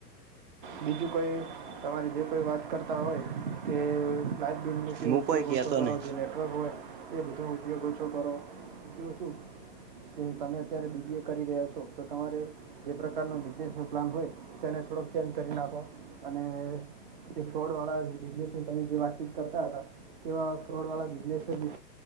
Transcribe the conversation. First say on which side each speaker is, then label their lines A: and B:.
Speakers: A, on the right; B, on the right.
A: બીજું કોઈ તમારે જે કોઈ વાત કરતા હોય કે લાઇટ બિલનું
B: હું
A: ઉપયોગ
B: કોઈ કહેતો
A: ઓછો
B: નહી
A: કરો જે નેટવર્ક હોય એ બધો હ ઉપયોગ છો કરો જો શું કે તમે અત્યારે બીબી એ કરી રહ્યા છો તો તમારે જે પ્રકારનો દેશનો પ્લાન હોય તેને થોડોક ચેન્જ કરી નાખો અને જે ફ્રોડ વાળા બિઝનેસ ની તમે જે વાતચીત કરતા હતા કેવા ફ્રોડવાળલા બિઝનેસ જ દ